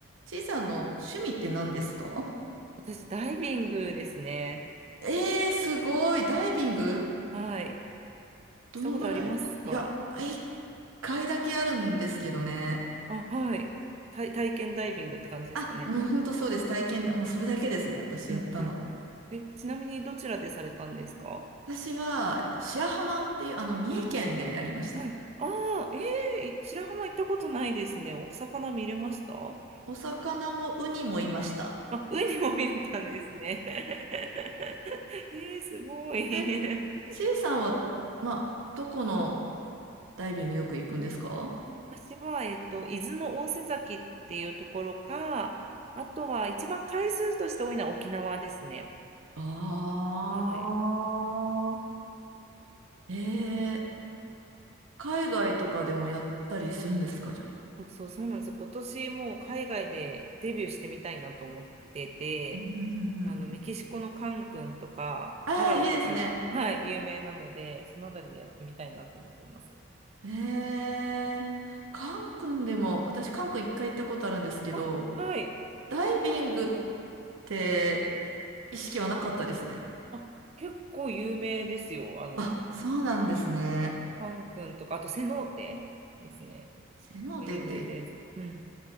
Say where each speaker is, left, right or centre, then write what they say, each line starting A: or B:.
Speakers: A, on the right; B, on the right.
A: ちいさんの趣味って何ですか
B: 私、ダイビングですね。
A: えー、すごい。ダイビング
B: はい。
A: どのぐらいいや、
B: したことありますか
A: 一回だけあるんですけどね。
B: あ、はい。体、体験ダイビングって感じですかね。
A: あ、もう本当そうです。体験だ。もうそれだけですね。私やったの。
B: うんうん。え、ちなみにどちらでされたんですか
A: 私は、えっと、白浜っていう、あの、三重県でやりました。
B: はい。ああ、ええ白浜行ったことないですね。お魚見れました
A: お魚もウニもいました。
B: あ、ウニも見れたんですね。<laughs> えー、すごい。
A: え、
B: <laughs>
A: ちいさんは、まあ、どこのダイビングよく行くんですか
B: 私は、えっと、伊豆の大瀬崎っていうところか、あとは一番回数として多いのは沖縄ですね。
A: ああ
B: はい。
A: ー、えー、海外とかでもやったりするんですかじゃあ。
B: そうそう、そうなんですよ。今年もう海外でデビューしてみたいなと思ってて、
A: うんうんうんうん。
B: あのメキシコのカンクンとかパラオとかが、
A: ああ、いいですね。
B: はい、有名なので、そのあたりでやってみたいなと思ってます。
A: ええ。カン君でも、私カン君一回行ったことあるんですけど、
B: あ、はい。
A: ダイビングって意識はなかったですね。
B: あ、結構有名ですよ。あの、
A: あ、そうなんですね。
B: あの、カンクンとか、あとセノーテですね。
A: セノーテって
B: が有名です。うん。